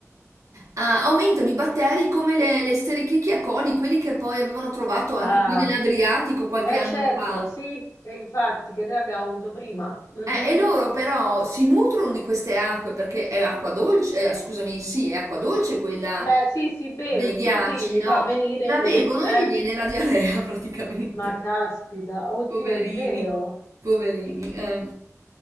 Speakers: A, on the right (about 75°); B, on the left (about 80°).
A: ah, aumentano i batteri come le, le Escherichia coli, quelli che poi avevano trovato anche
B: Ah,
A: qui nell'Adriatico qualche
B: eh
A: anno
B: certo,
A: fa.
B: sì, e infatti che noi abbiamo avuto prima. Mhm.
A: Eh, e loro però si nutrono di queste acque perché è acqua dolce, eh, scusami, sì, è acqua dolce quella
B: Beh, sì, si beve,
A: dei ghiacci,
B: quindi li
A: no?
B: fa venire...
A: La bevono
B: Eh,
A: e gli viene la diarrea <laughs> praticamente.
B: ma caspita, oddio,
A: Poverini,
B: è vero.
A: poverini. Eh,